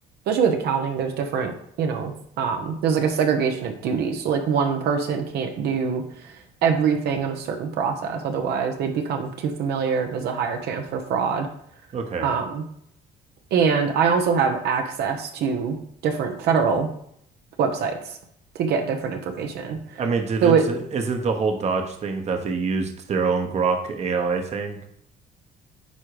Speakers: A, on the right (about 70°); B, on the right (about 40°).
A: especially with accounting, there's different, you know, um, there's like a segregation of duties. So like one person can't do everything on a certain process, otherwise they become too familiar. There's a higher chance for fraud.
B: Okay.
A: Um, and I also have access to different federal websites to get different information.
B: I mean, didn't
A: So it,
B: isn't the whole Dodge thing that they used their own Grok AI thing?